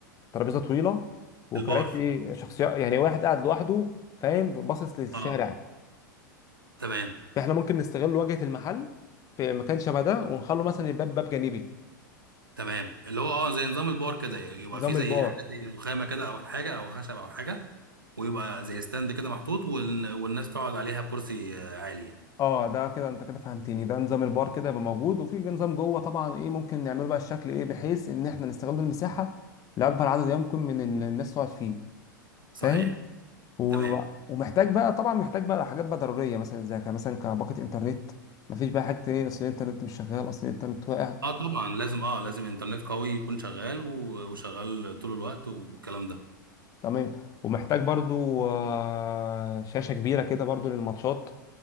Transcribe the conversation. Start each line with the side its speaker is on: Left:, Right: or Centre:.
Left: ترابيزة طويلة وكراسي
Right: البار
Left: شخصية يعني واحد قاعد لوحده فاهم باصص للشارع
Right: اه تمام
Left: فاحنا ممكن نستغل واجهه المحل في مكان شبه ده ونخلو مثلا الباب باب جانبي
Right: تمام اللي هو اه زي نظام البار كده يبقى
Left: نظام
Right: فيه زي
Left: البار
Right: حاجه زي رخامه كده او حاجه او خشب او حاجه ويبقى زي ستاند كده محطوط وال- والناس تقعد عليها بكرسي آه، عالي يعني.
Left: اه ده كده انت كده فهمتني ده نظام البار كده يبقى موجود وفي بقى نظام جوه طبعا ايه ممكن نعمله بقى الشكل ايه بحيث ان احنا نستغل المساحه لاكبر عدد يمكن من ال- الناس تقعد فيه
Right: صحيح
Left: فاهم و...
Right: تمام
Left: ومحتاج بقى طبعا محتاج بقى حاجات بقى ضروريه مثلا زي ك- مثلا كباقه انترنت مفيش بقى حاجه تانية اصل الانترنت مش شغال اصل الانترنت واقع
Right: اه طبعا لازم اه لازم انترنت قوي يكون شغال و- وشغال طول الوقت والكلام ده
Left: تمام ومحتاج برضو آه، شاشة كبيرة كده برضو للماتشات